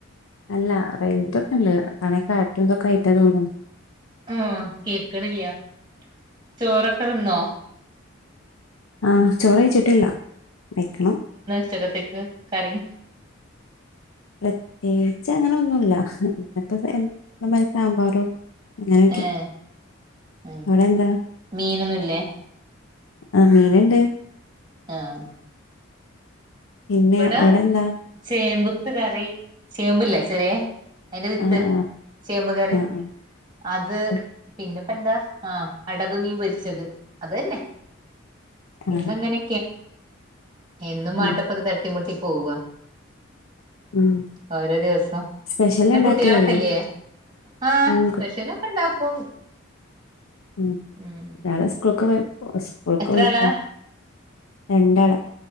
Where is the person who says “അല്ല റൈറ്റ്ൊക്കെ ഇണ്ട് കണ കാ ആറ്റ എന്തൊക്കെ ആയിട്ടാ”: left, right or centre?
Left